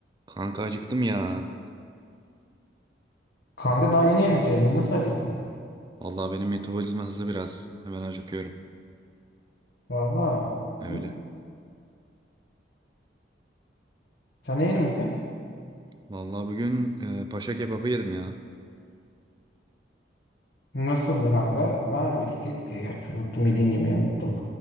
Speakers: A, on the right; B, on the left.
A: Kanka acıktım ya.
B: Kanka daha yeni yemek yedin. Nasıl acıktın?
A: Vallahi benim metabolizma hızlı biraz. Hemen acıkıyorum.
B: Valla.
A: Öyle.
B: Hı? Sen ne yedin bugün?
A: Vallahi bugün e, paşa kebabı yedim ya.
B: Nasıldı kanka? Var birlikteydik ya. Gerçi unuttum yediğin yemeği unuttum.